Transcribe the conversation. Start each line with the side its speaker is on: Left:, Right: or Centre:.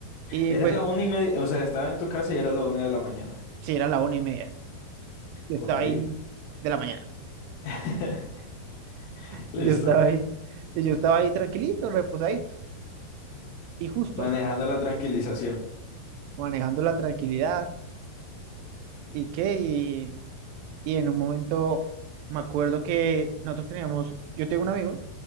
Right: Y
Left: Era
Right: pues,
Left: la una y media, o sea, estaba en tu casa y era la una de la mañana.
Right: sí, era la una y media, yo
Left: Ok,
Right: estaba ahí de la mañana.
Left: <laughs> listo.
Right: Y yo estaba ahí, y yo estaba ahí tranquilito, reposadito, y justo
Left: Manejando la tranquilización.
Right: manejando la tranquilidad, y qué, y, y en un momento me acuerdo que nosotros teníamos, yo tengo un amigo,